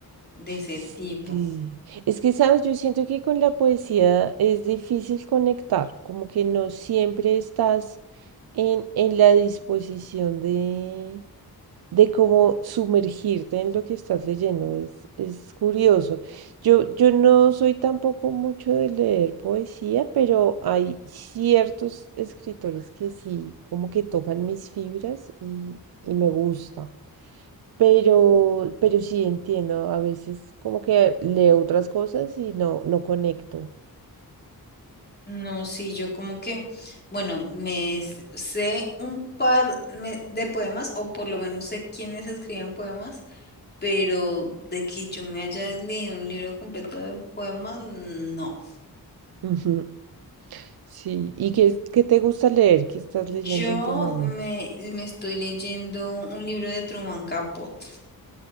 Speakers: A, on the left; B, on the right.
A: de ese
B: Sí,
A: tipo.
B: es que sabes, yo siento que con la poesía es difícil conectar, como que no siempre estás en, en la disposición de, de cómo sumergirte en lo que estás leyendo. Es, es curioso. Yo, yo no soy tampoco mucho de leer poesía, pero hay ciertos escritores que sí, como que tocan mis fibras y, y me gusta. Pero, pero sí entiendo, a veces como que leo otras cosas y no, no conecto.
A: No, sí, yo como que, bueno, me s- sé un par me- de poemas, o por lo menos sé quiénes escriben poemas, pero de que yo me haya leído un libro completo de poemas, no.
B: Ujú, Sí, ¿y qué, qué te gusta leer? ¿Qué estás
A: Yo
B: leyendo últimamente?
A: me, me estoy leyendo un libro de Truman Capote.